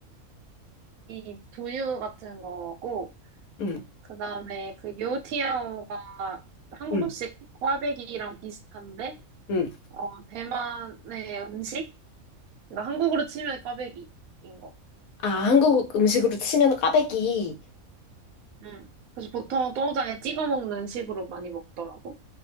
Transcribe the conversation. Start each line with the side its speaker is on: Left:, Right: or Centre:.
Right: 이 두유 같은 거고,
Left: 응,
Right: 그 다음에 그 요티아오가 한국식
Left: 응,
Right: 꽈배기랑 비슷한데,
Left: 응.
Right: 어, 대만의 음식? 그러니까 한국으로 치면 꽈배기인 거.
Left: 아, 한국 음식으로 치면 꽈배기.
Right: 음. 그래서 보통도 똥장에 찍어 먹는 식으로 많이 먹더라고.